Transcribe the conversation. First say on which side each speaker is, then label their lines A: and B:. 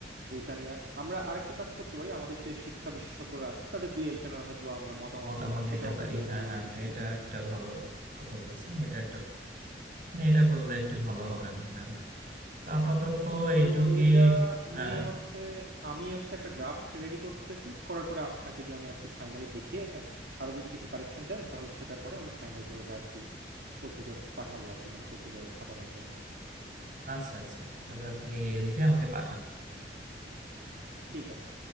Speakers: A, on the right; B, on the right.
A: এইটা নিয়ে আমরা আরেকটা কাজ করতে পারি আমাদের যে শিক্ষা বিশেষজ্ঞরা আছে তাদের দুই একজনের হয়তো বা আমরা মতামত
B: মতামত
A: নিলাম
B: নিতে
A: সেটাও
B: পারি
A: আমরা তুলে
B: হ্যাঁ
A: ধরলাম
B: হ্যাঁ
A: এই বিষয়ে
B: এটা একটা ভালো কথা বলছেন এটা একটা না, এটা করলে একটু ভালো হবে মনে হয় তো আপাতত এইটুকুই
A: তো এইটা
B: হ্যাঁ
A: নিয়ে হচ্ছে আমি হচ্ছে একটা ড্রাফট রেডি করতেছি করার পরে আপনাকে দিয়ে আমি আর কি ফাইনালি দেখিয়ে আরো যদি কিছু কারেকশন দেন তাহলে সেটার পরে আমরা ফাইনাল করে এটা আর কি পত্রিকায় পাঠাবো আর কি মানে পত্রিকায় ছাপানোর জন্য
B: আচ্ছা আচ্ছা তাহলে আপনি লিখে আমাকে পাঠান
A: ঠিক আছে